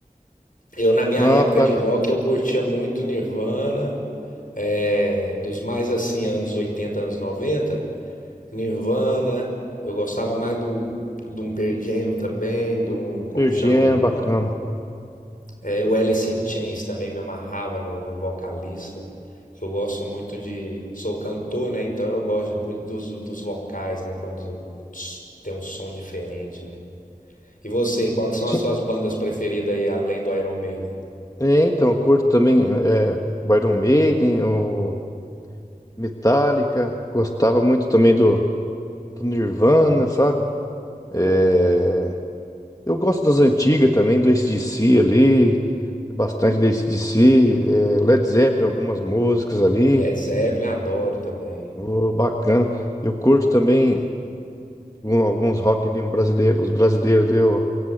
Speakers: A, on the left; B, on the left.
A: Eu, na minha
B: Não,
A: época
B: tá
A: de rock, eu curtia muito Nirvana, é, dos mais assim, anos 80, anos 90. Nirvana, eu gostava mais do, de um Pearl Jam também, de um, como
B: Pearl
A: que chama
B: Jam,
A: o
B: bacana.
A: É, o Alice in Chains também me amarrava no, no vocalista, que eu gosto muito de. Sou cantor, né? Então eu gosto muito dos, dos vocais, né? Quando tss, tem um som diferente, né? E você, quais são
B: Sim.
A: as suas bandas preferidas aí, além do Iron Maiden?
B: É, então, eu curto também é, o Iron Maiden, o Metallica. Gostava muito também do, do Nirvana, sabe? É,
A: Bom,
B: eu gosto das antigas também, do AC/DC ali. Bastante do AC/DC. É, Led Zeppelin, algumas músicas ali.
A: Led Zeppelin adoro também.
B: ô, bacana. Eu curto também um- alguns rock ali, um brasileiro, os brasileiros ali. Eu